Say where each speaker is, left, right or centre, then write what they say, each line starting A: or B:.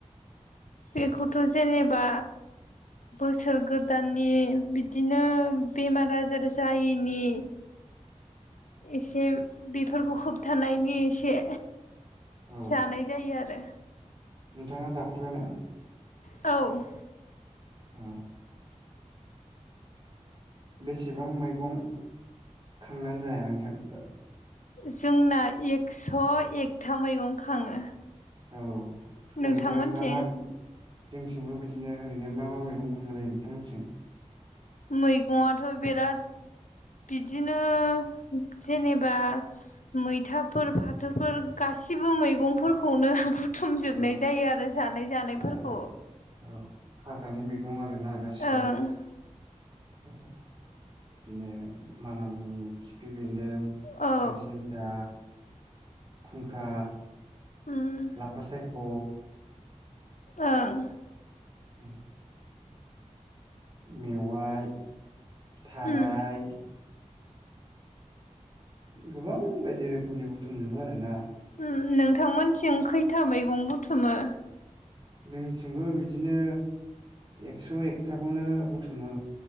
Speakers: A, on the left (about 85°); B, on the right (about 40°).
A: बेखौथ' जेनेबा बोसोर गोदाननि बिदिनो बेमार आजार जायैनि
B: <inaudible>
A: एसे बेफोरखौ होबथानायनि एसे
B: औ
A: जानाय जायो आरो
B: नोंथाङा जाफेरबायना
A: औ।
B: औ। बेसेबां मैगं खांनानै जाया नोंथां दा?
A: जोंना एकस' एकथा मैगं खाङो।
B: औ ओरैनो
A: नोंथांमोनथिं
B: मा मा? जोंथिंबो बिदिनो ओरैनो मा मा मैगं खांनाय जायो नोंथांमोननिथिं
A: मैगंआथ' बिराद। बिदिनो जेनेबा मैथाफोर फाथोफोर गासिब बो मैगंफोरखौनो बुथुमजोबनाय
B: औ
A: जायो आरो जानाय जानायफोरखौ
B: ओ औ हाग्रानि मैगं आरो ना गासिबो
A: ओं
B: औ बिदिनो मान मुनि खिफि बेन्दों
A: औ
B: खानसिनसा खुंखा
A: ओम
B: लाफा सायख'
A: ओं
B: उम मेवाय थाराय
A: ओम
B: गोबां बायदि रोखोमनि बुथुमजोबो आरोना
A: उ नोंथांमोनथिं खैथा मैगं बुथुमो?
B: जोंथिंबो बिदिनो एक्स' एकथाखौनो बुथुमो।